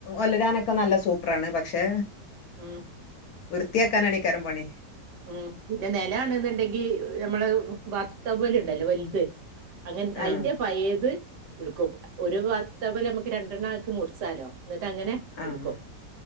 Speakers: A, on the left; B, on the right.
A: ഒലരാനൊക്കെ നല്ല സൂപ്പറാണ്, പക്ഷെ
B: ഉം
A: വൃത്തിയാക്കാനാണേ ഈ കരം പണി.
B: ഉം പിന്നെ നെലാണെന്നുണ്ടെങ്കി നമ്മള് ബാത്ത് ടവ്വലുണ്ടല്ലോ വല്ത്. അങ്ങനെ
A: ആഹ്
B: അയിന്റെ പയേത് ഇടുക്കും, ഒരു വാത്ടവ്വൽ നമ്മക്ക് രണ്ടെണ്ണം ആക്കി മുറിച്ചാലോ ന്നിട്ട് അങ്ങനെ
A: ആഹ്
B: എടുക്കും,